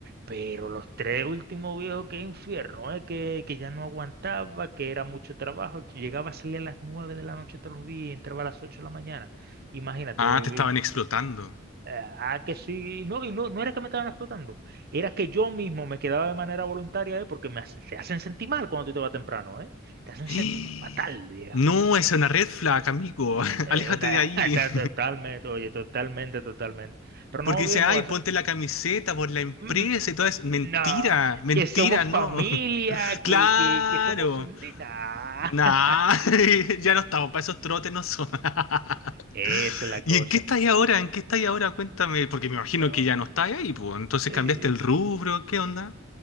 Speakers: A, on the right; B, on the left.
A: Pero los tres últimos, viejo, que infierno, eh, que, que ya no aguantaba, que era mucho trabajo. Llegaba a salir a las nueve de la noche todos los días, y entraba a las ocho de la mañana. Imagínate,
B: Ah, te estaban
A: eh,
B: explotando.
A: ah, que sí, no, y no, no era que me estaban explotando, era que yo mismo me quedaba de manera voluntaria, eh, porque me hace- te hacen sentir mal cuando tú te vas temprano, eh. Te hacen
B: <gasps>
A: sentir fatal, viejo.
B: No, esa es una red flag, amigo. <laughs>
A: Eh,
B: Aléjate
A: una,
B: de ahí.
A: <laughs> está
B: <laughs>
A: totalmente, oye, totalmente, totalmente. Pero
B: Porque
A: no,
B: dice,
A: viejo,
B: ay,
A: o
B: ponte
A: sea,
B: la camiseta por la empresa
A: ujú,
B: y todo eso. Mentira,
A: no,
B: mentira,
A: que somos familia,
B: no. <laughs> Claro.
A: que, que, que somos un... Nah.
B: Nah,
A: <laughs>
B: <laughs> ya no estamos para esos trotes, no son. <laughs>
A: Esa es la
B: ¿Y
A: cosa.
B: en qué estáis ahora? ¿En qué estáis ahora? Cuéntame. Porque me imagino
A: No,
B: que ya no estáis ahí, pues. Entonces
A: sí.
B: cambiaste el rubro, ¿qué onda?